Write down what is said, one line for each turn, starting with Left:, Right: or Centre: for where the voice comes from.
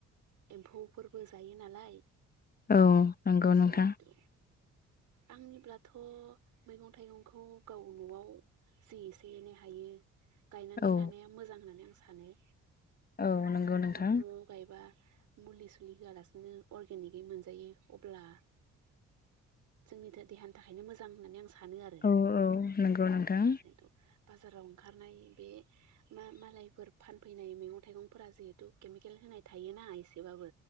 Right: एम्फौफोरबो जायो नालाय
Left: औ नंगौ
Right: जिहेथु
Left: नोंथां
Right: आंनिब्लाथ' मैगं थाइगंखौ गाव न'आव जि एसे एनै हायो गायनानै
Left: औ
Right: लानाया मोजां होननानै आं सानो
Left: औ नंगौ
Right: जेहेथु
Left: नोंथां
Right: न'आव गायबा मुलि सुलि होआलासिनो अरगेनिकै मोनजायो अब्ला जोंनि थो देहानि थाखायनो मोजां होननानै आं सा सानो आरो
Left: औ औ नंगौ नोंथां
Right: जेहेथु बाजाराव ओंखारनाय बे मा मालायफोर फानफैनाय मैगं थाइगं फोरा जिहेतु केमिकेल होनाय थाय नाङा एसेबाबो